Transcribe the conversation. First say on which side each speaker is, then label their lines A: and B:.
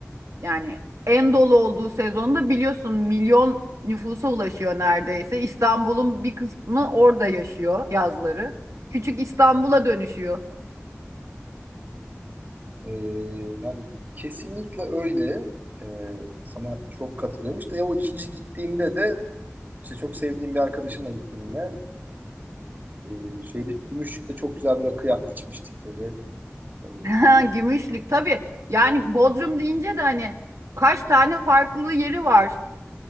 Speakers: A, on the right; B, on the right.
A: Yani en dolu olduğu sezonda biliyorsun milyon nüfusa ulaşıyor neredeyse. İstanbul'un bir kısmı orada yaşıyor yazları. Küçük İstanbul'a dönüşüyor. <laughs>
B: Ee, yani kesinlikle öyle. Ee, sana çok katılıyorum. İşte o ikinci gittiğimde de işte çok sevdiğim bir arkadaşımla gittim yine. Ee, şeyde Gümüşlük'te çok güzel bir rakı ya- içmiştik böyle. Ee,
A: Ha, Gümüşlük tabii. Yani Bodrum deyince de hani kaç tane farklı yeri var.